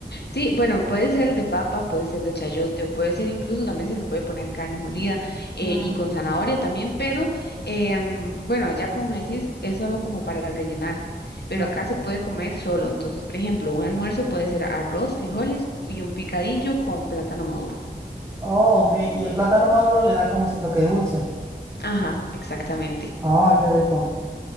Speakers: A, on the left; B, on the right.
A: Sí, bueno, puede ser de papa, puede ser de chayote o puede ser incluso también se le puede poner carne molida eh,
B: Mm,
A: y con zanahoria también, pero em, bueno, ya como me decís, es solo como para rellenar, pero
B: mm.
A: acá se puede comer solo. Entonces, por ejemplo, un almuerzo puede ser arroz, frijoles y un picadillo con plátano maduro.
B: Oh, ok. Y el plátano maduro le da como ese toque dulce.
A: Ajá, exactamente.
B: Oh, qué rico.